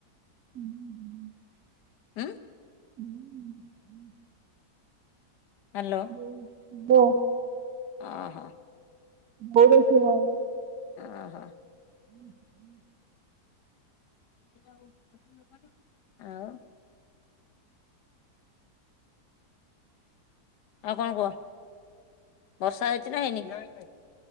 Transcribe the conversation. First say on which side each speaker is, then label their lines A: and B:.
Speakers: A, on the right; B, on the left.
A: ହୁଁ।
B: ଉଁ
A: ହୁଁ।
B: ହଲୋ।
A: <inaudible> ହାଲୋ।
B: ଓ ହୋ।
A: ବୋଉ ଯାଇଥିବ?
B: ଓ ହୋ।
A: ହୁଁ ହୁଁ।
B: ଆଉ <unintelligible> ଆଉ କଣ କୁହ? ବର୍ଷା ହେଇଛି ନା ହେଇନି?